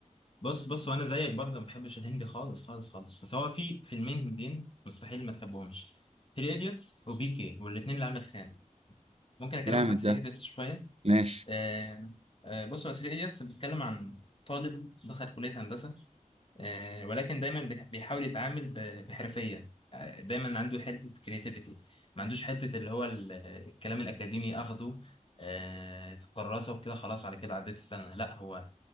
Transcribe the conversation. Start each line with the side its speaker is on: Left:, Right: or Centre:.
Left: بص بص وانا زيك برضه ما بحبش الهندي خالص خالص خالص بس هو في فيلمين هنديين مستحيل ما تحبهمش 3 ايديتس وبي كي والاثنين لعامر خان ممكن اكلمك
Right: جامد
Left: عن 3
Right: ده
Left: ايديتس شويه
Right: ماشي
Left: آه آه بص هو 3 ايديتس بيتكلم عن طالب دخل كليه هندسه آه ولكن دايما بيت- بيحاول يتعامل ب- بحرفيه آه، دايما عنده حته كرياتيفيتي ما عندوش حته اللي هو ال- الكلام الاكاديمي اخده آه، في الكراسه وكده خلاص على كده عديت السنه لا هو